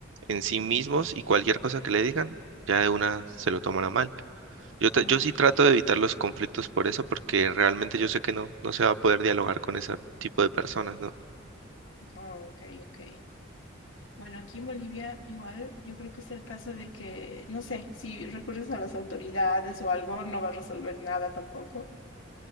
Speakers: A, on the right (about 70°); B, on the left (about 75°).
A: en sí mismos y cualquier cosa que le digan, ya de una se lo toman a mal. Yo, te-
B: ajá,
A: yo sí trato de evitar los conflictos por eso, porque realmente yo sé que no, no se va a poder dialogar con ese tipo de personas, ¿no?
B: Ah, ok, ok. Bueno, aquí en Bolivia igual yo creo que es el caso de que, no sé, si recurres a las autoridades o algo, no va a resolver nada tampoco.